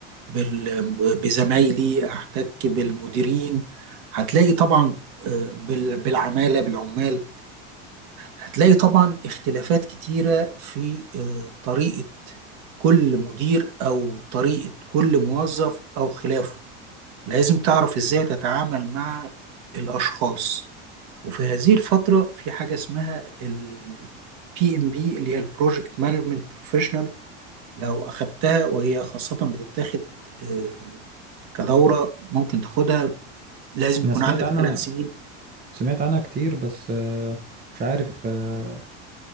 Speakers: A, on the right; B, on the right.
A: بال... بزمايلي أحتك بالمديرين هتلاقي طبعا آه، بال... بالعمالة بالعمال هتلاقي طبعا اختلافات كتيرة في آه، طريقة كل مدير أو طريقة كل موظف أو خلافه لازم تعرف ازاي تتعامل مع الاشخاص وفي هذه الفترة في حاجة اسمها ال PMB اللي هي البروجكت مانجمنت بروفيشنال لو أخدتها وهي خاصة بتتاخد آه، كدورة ممكن تاخدها لازم
B: انا
A: يكون
B: سمعت
A: عندك
B: عنها
A: ثلاث سنين
B: سمعت عنها كتير بس آه، مش عارف آه،